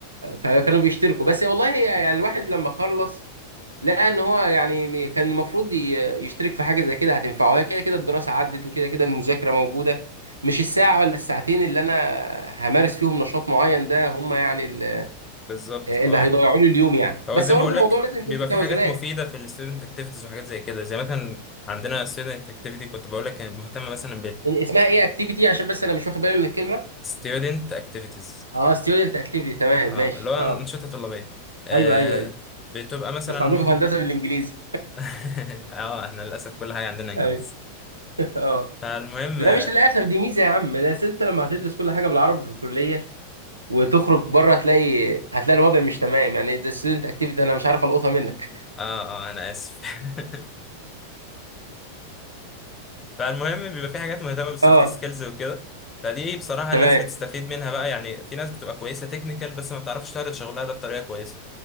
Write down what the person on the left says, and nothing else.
بالظبط
اه
هو
زي
ما بقول
لك
بيبقى
في حاجات مفيده في الستودنت اكتيفيتيز وحاجات زي كده زي مثلا عندنا student اكتيفيتي كنت بقول لك مهتمه مثلا
بالستودنت اكتيفيتيز
اه
اللي هو
انشطه طلابيه آه
بتبقى مثلا
مهت...
<laughs> اه احنا للاسف كل حاجه
عندنا انجليزي
فالمهم
اه
اه انا اسف <laughs> فالمهم بيبقى في حاجات مهتمه بالسوفت
سكيلز وكده فدي بصراحه
الناس بتستفيد منها بقى يعني في ناس بتبقى كويسه تكنيكال بس ما بتعرفش تعرض شغلها ده بطريقه كويسه